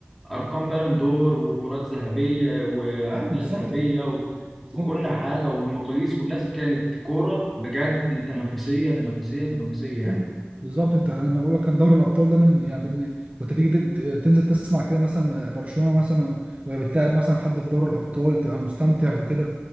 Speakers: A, in the centre; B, on the right.
A: ارقام بالون دور وكرات ذهبيه وحذاء
B: ايوه بالظبط
A: ذهبيه
B: كده
A: و...
B: بالظبط
A: وكل حاجه والمقاييس والناس كانت كوره بجد تنافسيه تنافسيه تنافسيه يعني
B: ايوه بالظبط انت لما بقول لك كان دوري الابطال ده من يعني بن... كنت تيجي تن- تنزل تسمع كده مثلا برشلونه مثلا وهي بتلاعب مثلا حد في دوري الابطال تبقى مستمتع وكده